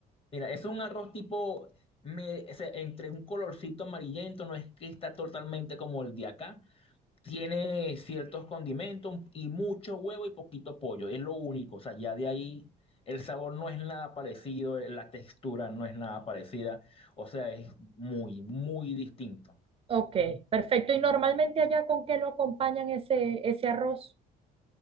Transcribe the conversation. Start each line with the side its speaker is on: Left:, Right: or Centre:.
Left: mira, es un arroz tipo, me, o sea, entre un colorcito amarillento, no es que está totalmente como el de acá Tiene ciertos condimentos y mucho huevo y poquito pollo, es lo único. O sea, ya de ahí el sabor no es nada parecido, la textura no es nada parecida. O sea, es muy, muy distinto.
Right: Ok, perfecto. ¿Y normalmente allá con qué lo acompañan ese, ese arroz